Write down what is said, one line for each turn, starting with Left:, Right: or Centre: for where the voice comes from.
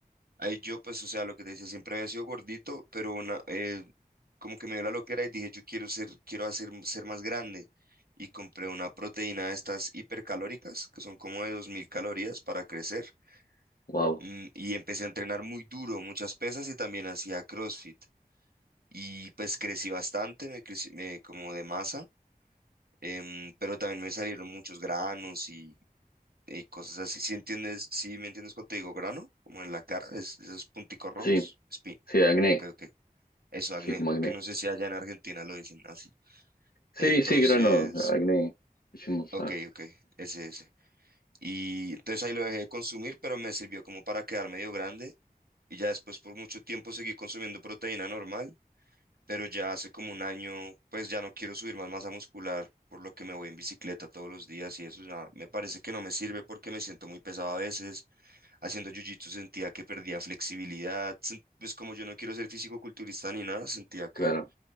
Right: Ahí yo, pues, o sea, lo que te decía, siempre había sido gordito, pero una, eh, como que me dio la loquera y dije, yo quiero ser, quiero hacer, ser más grande. Y compré una proteína de estas hipercalóricas, que son como de 2000 calorías para crecer.
Left: Wow.
Right: Mm, Y empecé a entrenar muy duro, muchas pesas y también hacía CrossFit. Y pues crecí bastante, me crecí me- como de masa, em, pero también me salieron muchos granos y cosas así. Si entiendes, si me entiendes cuando te digo grano, como en la cara, es- esos punticos rojos,
Left: Sí,
Right: spin.
Left: sí, acné.
Right: Ok, ok. Eso, acné,
Left: Sí, como acné.
Right: que no sé si allá en Argentina lo dicen así.
Left: Sí,
Right: Entonces,
Left: sí, granos, acné. Hicimos,
Right: ok,
Left: ah,
Right: ok, ese, ese. Y entonces ahí lo dejé de consumir, pero me sirvió como para quedar medio grande. Y ya después por mucho tiempo seguí consumiendo proteína normal, pero ya hace como un año, pues ya no quiero subir más masa muscular, por lo que me voy en bicicleta todos los días y eso ya me parece que no me sirve porque me siento muy pesado a veces Haciendo jiu-jitsu sentía que perdía flexibilidad. sen- Pues como yo no quiero ser físico culturista ni nada, sentía que,
Left: claro.